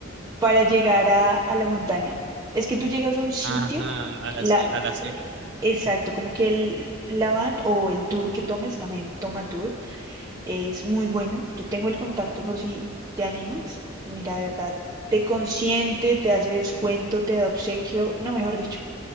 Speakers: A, on the right (about 15°); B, on the right (about 60°).
A: para llegar a, a la montaña. Es que tú llegas a un sitio,
B: Ajá, a la,
A: la,
B: ci- a
A: eh,
B: la ci-
A: exacto, como que el, la van o el tour que tomes, también toma tour, es muy bueno. Yo tengo el contacto por si te animas. Mira, de verdad, te consiente, te hace descuento, te da obsequio, no, mejor dicho.